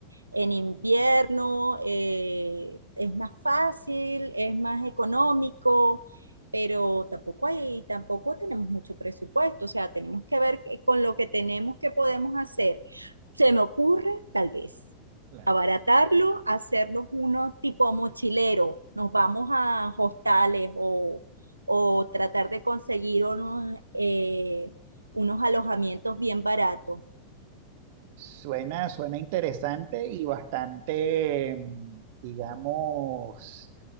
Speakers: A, on the right; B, on the right.
A: en invierno, eh, es más fácil, es más económico, pero tampoco hay, tampoco tenemos mucho presupuesto, o sea, tenemos que ver con lo que tenemos que podemos hacer. Se me ocurre, tal vez,
B: Claro.
A: abaratarlo, hacernos unos tipo mochilero, nos vamos a hostales o, o tratar de conseguir unos, eh, unos alojamientos bien baratos.
B: Suena, suena interesante y bastante, mm, digamos,